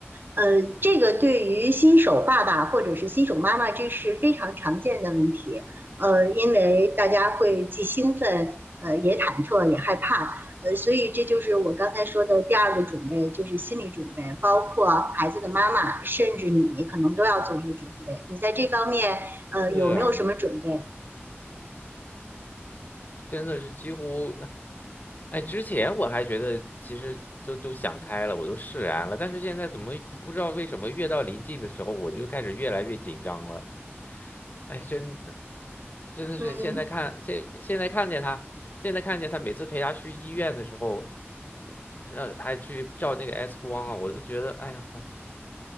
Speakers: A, on the right; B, on the left.
A: 呃，这个对于新手爸爸或者是新手妈妈，这是非常常见的问题。呃，因为大家会既兴奋，呃，也忐忑，也害怕，呃，所以这就是我刚才说的第二个准备，就是心理准备，包括孩子的妈妈，甚至你可能都要做一些准备。你在这方面，呃，
B: 是啊。
A: 有没有什么准备？
B: 真的是几乎，哎，之前我还觉得其实都都想开了，我都释然了，但是现在怎么不知道为什么越到临近的时候，我就开始越来越紧张了。哎，真真的是现在看现现在看见他，
A: 嗯
B: 现在看见他每次陪他去医院的时候，让还去照那个 X 光啊，我就觉得哎呀，